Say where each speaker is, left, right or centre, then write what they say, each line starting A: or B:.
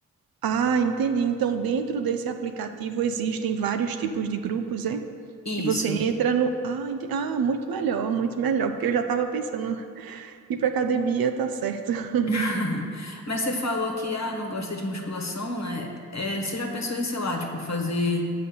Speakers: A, on the right; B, on the left.
A: Ah, entendi. Então, dentro desse aplicativo existem vários tipos de grupos, é?
B: Isso.
A: E você entra no. Ah, ente- ah, muito melhor, muito melhor, porque eu já estava pensando, <laughs> ir para academia tá certo. <laughs>
B: <laughs> Mas você falou que, ah, não gosta de musculação, né? É, você já pensou em, sei lá, tipo, fazer